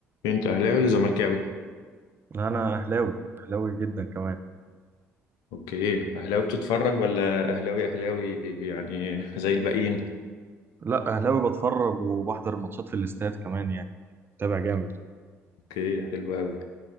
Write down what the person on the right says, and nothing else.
انا اهلاوي اهلاوي جدا كمان
لا اهلاوي بتفرج وبحضر الماتشات في الاستاد كمان يعني متابع جامد